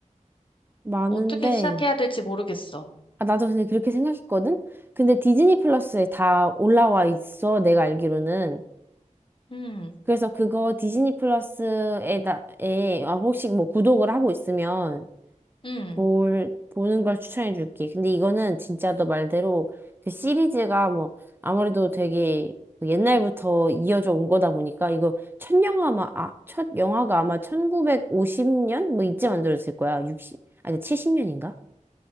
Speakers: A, on the right; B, on the left.
A: 많은데,
B: 어떻게 시작해야 될지 모르겠어.
A: 아, 나도 근데 그렇게 생각했거든? 근데 디즈니 플러스에 다 올라와 있어, 내가 알기로는.
B: 음.
A: 그래서 그거 디즈니 플러스에다, 에, 어, 혹시 뭐 구독을 하고 있으면
B: 음.
A: 볼, 보는 걸 추천해 줄게. 근데 이거는 진짜 너 말대로 그 시리즈가 뭐 아무래도 되게 옛날부터 이어져 온 거다 보니까 이거 첫 영화 아마, 아, 첫 영화가 아마 1950년? 뭐 이때 만들어졌을 거야. 육십 아니 70년인가?